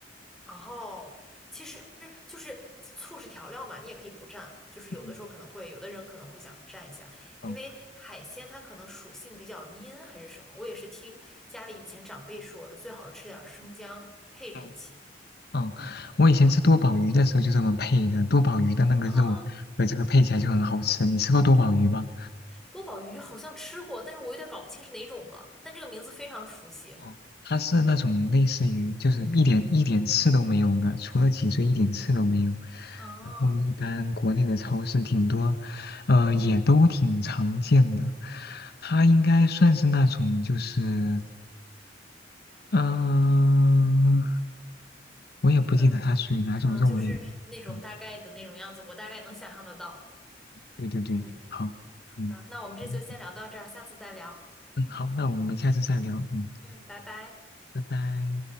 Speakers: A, in the centre; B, on the left.
A: 哦，其实就是醋是调料嘛，你也可以不蘸，就是有的时候可能会，
B: 嗯，
A: 有的人可能会想蘸一下，因为海鲜它可能属性比较阴还是什么，
B: 哦。
A: 我也是听家里以前长辈说的，最好是吃点儿生姜配着一起。
B: 嗯嗯，我以前吃多宝鱼的时候就这么配的，多宝鱼的那个肉和这个配起来就很好吃。
A: 哦，
B: 你吃过多宝鱼吗？
A: 多宝鱼好像吃过，但是我有点搞不清是哪种了，但这个名字非常熟悉，
B: 哦，它是那种类似于就是一点一点刺都没有的，除了脊椎一点刺都没有。
A: 哦，
B: 然后一般国内的超市挺多，呃，也都挺常见的。它应该算是那种就是，嗯、我也不记得它属于哪种肉类了。
A: 可能可能就是那种大概的那种样子，
B: 嗯，
A: 我大概能想象得到。
B: 对对对，
A: 嗯
B: 好，
A: 好吧，
B: 嗯。
A: 那我们这就先聊到这儿，
B: 嗯
A: 下次再聊，
B: 嗯，好，那我们下次再聊。嗯，
A: 嗯。拜拜。
B: 拜拜。